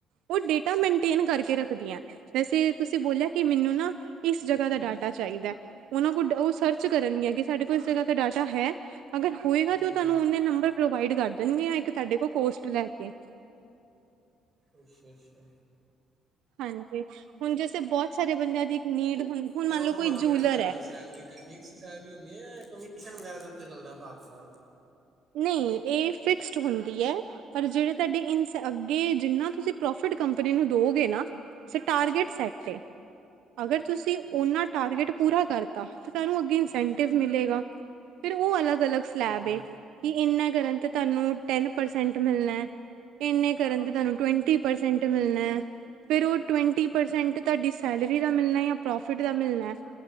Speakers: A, on the right (about 80°); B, on the right (about 25°).
A: ਉਹ ਡੇਟਾ ਮੇਨਟੇਨ ਕਰਕੇ ਰੱਖਦੀਆਂ। ਵੈਸੇ ਤੁਸੀਂ ਬੋਲਿਆ ਕਿ ਮੈਨੂੰ ਨਾ ਇਸ ਜਗ੍ਹਾ ਦਾ ਡਾਟਾ ਚਾਹੀਦਾ ਉਹਨਾਂ ਕੋਲ ਉਹ ਸਰਚ ਕਰਨਗ ਕਿ ਸਾਡੇ ਕੋਲ ਜਗ੍ਹਾ ਦਾ ਡਾਟਾ ਹੈ। ਅਗਰ ਹੋਏਗਾ ਤੇ
B: ਹੂੰ,
A: ਉਹ ਤੁਹਾਨੂੰ ਨੰਬਰ ਪ੍ਰੋਵਾਈਡ ਕਰ ਦੇਣਗੇ ਇੱਕ ਤੁਹਾਡੇ ਕੋਲ ਕੋਸਟ ਲੈ ਕੇ
B: ਅੱਛਾ ਅੱਛਾ।
A: ਹਾਂਜੀ ਹੁਣ ਜੈਸੇ ਬੋਤ ਸਾਰੇ ਬੰਦਿਆਂ ਦੀ ਇੱਕ ਨੀਡ ਹੁਣ ਹੁਣ
B: ਤੇ
A: ਮੰਨ
B: ਉਹ
A: ਲਓ
B: ਮਤਲਬ
A: ਕੋਈ ਜੂਲਰ
B: ਫੇਿਰ ਤੁਹਾਡੀ
A: ਹੈ
B: ਸੈਲਰੀ ਕੀਤੀ। ਫਿਕਸ ਸੈਲਰੀ ਹੁੰਦੀ ਹੈ ਕਮਿਮਸ਼ਨ ਵਗੈਰਾ ਦੇ ਉੱਤੇ ਚੱਲਦਾ ਹਿਸਾਬ ਕਿਤਾਬ
A: ਨਹੀਂ ਇਹ ਫਿਕਸਡ ਹੁੰਦੀ ਹੈ। ਪਰ ਜਿਹੜੇ ਤੁਹਾਡੇ ਇ ਅੱਗੇ ਜਿੰਨਾ ਤੁਸੀਂ ਪ੍ਰੋਫਿਟ ਕੰਪਨੀ ਨੂੰ ਦੋਗੇ ਨਾ ਸ ਟਾਰਗੇਟ ਸੈਟ ਹੈ। ਅਗਰ ਤੁਸੀਂ ਓਨਾ ਟਾਰਗੇਟ ਪੂਰਾ ਕਰਤਾ ਤੁਹਾਨੂੰ ਅਗੇ ਇਨਸੈਂਟਿਵ ਮਿਲੇਗਾ ਫਿਰ ਉਹ ਅਲੱਗ ਅਲੱਗ ਸਲੈਬ
B: ਅੱਛਾ
A: ਕਿ ਇਨਾਂ ਕਰਨ ਤੇ ਤੁਹਾਨੂੰ ਟੈਨ ਪਰਸੈਂਟ ਮਿਲਣਾ ਹੈ। ਇੰਨੇ ਕਰਨ ਤੇ ਤੁਹਾਨੂੰ ਟਵੰਟੀ ਪਰਸੈਂਟ ਮਿਲਣਾ ਹੈ। ਫੇਰ ਉਹ ਟਵੰਟੀ ਪਰਸੈਂਟ ਤੁਹਾਡੀ ਸੈਲਰੀ ਦਾ ਮਿਲਣਾ ਜਾਂ ਪ੍ਰੋਫਿਟ ਦਾ ਮਿਲਣਾ